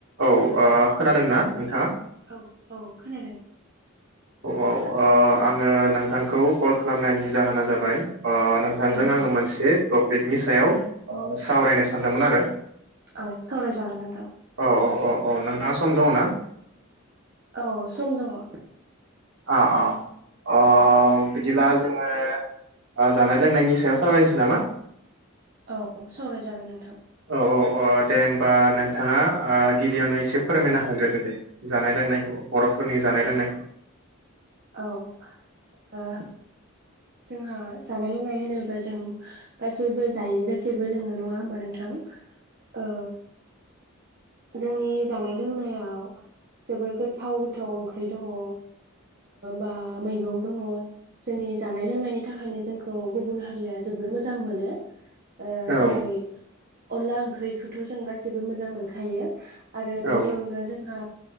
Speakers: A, on the right; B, on the right.
A: औ आ खोनादोंना नोंथाङा?
B: औ औ खोनादों।
A: औ अ आङो नोंथांखौ कल खालामनायनि जाहोना जाबाय ओ नोंथांजों
B: औ
A: आङो मोनसे टपिकनि सायाव सावरायनो सानदोंमोन आरो
B: औ सावरायजागोन नोंथां।
A: औ औ औ औ नोंथाङा सम दङ ना।
B: औ सम दङ
A: आ अ अ बिदिब्ला जोङो जानाय लोंनायनि सायाव सावरायनोसै नामा।
B: औ सावरायजागोन नोंथां
A: औ औ औ दे होमबा नोंथाङा अ गिबियावनो एसे फोरमायनो हाग्रोदो दे जानाय लोंनायखौ बर'फोरनि जानाय लोंनायखौ।
B: औ ओ जोंहा जानाय लोंनाय होनोब्ला जों गासैबो जायो गासैबो लोङो नङा होमबा नोंथां औ जोंनि जानाय लोंनायाव जोबोर गोथाव गोथाव ओंख्रि दङ ओ बा मैगं दङ जोंनि जानाय लोंनायनि थाखायनो जोंखौ गुबुन हारिया जोबोर मोजां मोनो। ओ
A: औ
B: जेरै अनला ओंख्रिखौथ' जों गासिबो मोजां मोनखा थायो आरो
A: औ
B: बेनि अनगा जोंहा